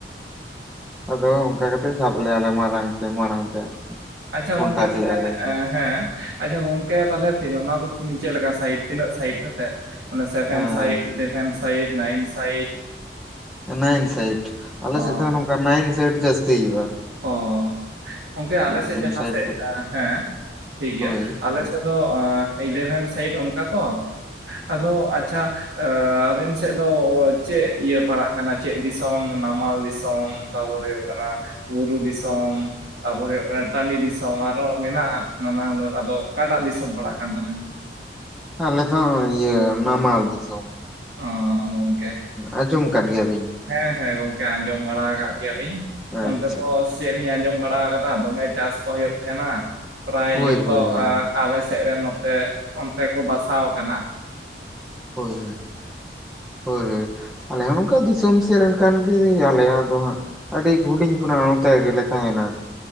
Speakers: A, in the centre; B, on the right.
A: ᱟᱫᱚ ᱚᱱᱠᱟ ᱥᱟᱵ ᱞᱮᱫᱼᱟᱞᱮ ᱢᱟᱲᱟᱝ ᱢᱟᱲᱟᱝ ᱛᱮ ᱟᱨᱠᱤ
B: ᱟᱪᱪᱷᱟ
A: ᱠᱚᱱᱴᱟᱠ
B: ᱜᱚᱝᱠᱮ ᱛᱟᱦᱚᱞᱮ
A: ᱞᱮᱜ-ᱟ ᱞᱮ᱾
B: ᱦᱮᱸ ᱟᱪᱪᱷᱟ ᱜᱚᱝᱠᱮ ᱛᱟᱦᱚᱞᱮ ᱛᱤᱱᱟᱹᱜ ᱚᱱᱟ ᱫᱚ ᱪᱮᱫᱮ ᱞᱮᱠᱟ ᱥᱟᱭᱤᱴ ᱛᱤᱱᱟᱹᱜ ᱥᱟᱭᱤᱴ ᱠᱟᱛᱮᱜ ᱥᱮᱵᱷᱮᱱ
A: ᱦᱮᱸ
B: ᱥᱟᱭᱤᱴ ᱤᱞᱤᱵᱷᱮᱱ site ‌ nine site
A: nine sites ᱟᱞᱮᱥᱮᱫ
B: ᱚ
A: ᱫᱚ ᱱᱚᱝᱠᱟ ᱱᱟᱭᱤᱱ ᱥᱟᱭᱤᱴ ᱡᱟᱥᱛᱤ ᱦᱩᱭᱩᱜ-ᱟ᱾
B: ᱚ ᱜᱚᱢᱠᱮ ᱟᱞᱮᱥᱮᱫ ᱡᱟᱦᱟᱸ
A: ᱥᱟᱭᱤᱰ
B: ᱥᱮᱫ
A: ᱠᱚ
B: ᱦᱮᱸ ᱴᱷᱤᱠ ᱜᱮᱭᱟ
A: ᱦᱳᱭ
B: ᱟᱞᱮ ᱱᱚᱛᱮ ᱫᱚ ᱤᱞᱮᱵᱷᱮᱱ ᱥᱟᱭᱤᱴ ᱚᱱᱠᱟ ᱛᱚ ᱟᱫᱚ ᱟᱪᱪᱷᱟ ᱟᱵᱮᱱ ᱥᱮᱫ ᱫᱚ ᱪᱮᱫ ᱤᱭᱟᱹ ᱯᱟᱲᱟᱜᱼᱼ ᱠᱟᱱᱟ ᱪᱮᱫ ᱫᱤᱥᱚᱢ ᱱᱟᱢᱟᱞ ᱫᱤᱥᱚᱢ ᱛᱟᱨᱯᱚᱨᱮ ᱦᱩᱭᱩᱜ ᱠᱟᱱᱟ ᱵᱩᱨᱩ ᱫᱤᱥᱚᱢᱼᱼ ᱛᱟᱯᱚᱨᱮ ᱦᱩᱭᱩᱜ ᱠᱟᱱᱟ ᱴᱟᱺᱰᱤ ᱫᱤᱥᱚᱢ ᱟᱨᱚ ᱢᱮᱱᱟᱜᱼᱟ ᱱᱟᱱᱟ ᱦᱩᱱᱟᱹᱨ ᱟᱫᱚ ᱚᱠᱟᱴᱟᱜ ᱫᱤᱥᱚᱢ ᱯᱟᱲᱦᱟᱜ ᱠᱟᱱ ᱛᱟᱵᱮᱱᱟ?
A: ᱟᱞᱮ ᱫᱚ ᱤᱭᱟᱹ ᱱᱟᱢᱟᱞ ᱫᱤᱥᱚᱢ ᱾
B: ᱚ ᱜᱚᱢᱠᱮ,
A: ᱟᱸᱡᱚᱢ ᱟᱠᱟᱫ ᱜᱮᱭᱟᱵᱤᱱ?
B: ᱦᱮᱸ ᱦᱮᱸ ᱜᱚᱝᱠᱮ ᱟᱸᱡᱚᱢ ᱵᱟᱲᱟ ᱟᱠᱟᱫ ᱜᱮᱭᱟᱞᱤᱧ
A: ᱟᱪᱪᱷᱟ
B: ᱚᱱᱛᱮ ᱫᱚ ᱪᱮᱫ ᱞᱤᱧ ᱟᱸᱡᱚᱢ ᱵᱟᱲᱟ ᱟᱠᱟᱫᱟ ᱫᱚᱢᱮ ᱪᱟᱥ ᱠᱚ ᱦᱩᱭᱩᱜ ᱛᱟᱦᱮᱸᱱᱟ ᱯᱨᱟᱭ
A: ᱦᱳᱭ
B: ᱡᱚᱛᱚ
A: ᱦᱳᱭ ᱦᱳᱭ
B: ᱮ ᱟᱞᱮ ᱥᱮᱫ ᱨᱮᱱ ᱱᱚᱛᱮ ᱚᱱᱛᱮ ᱠᱚ ᱵᱟᱥᱟ ᱟᱠᱟᱱᱟ ᱾
A: ᱦᱳᱭ ᱦᱳᱭ ᱟᱞᱮ ᱦᱚᱸ ᱱᱚᱝᱠᱟ ᱫᱤᱥᱚᱢᱼᱼ ᱛᱮᱱ ᱠᱟᱱ ᱜᱮᱭᱟᱞᱮ ᱟᱫᱚ ᱦᱟᱸᱜ ᱟᱹᱰᱤ ᱦᱩᱰᱤᱧ ᱠᱷᱚᱱᱟᱜ ᱱᱚᱛᱮ ᱜᱮᱞᱮ ᱛᱟᱦᱮᱱᱟ ᱾